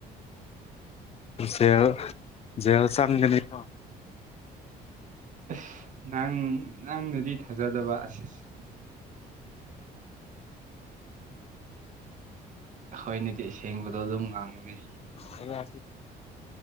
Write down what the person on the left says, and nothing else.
ꯖꯦꯜ ꯖꯦꯜ ꯆꯒꯅꯤ ꯀꯣ
ꯑꯩꯅ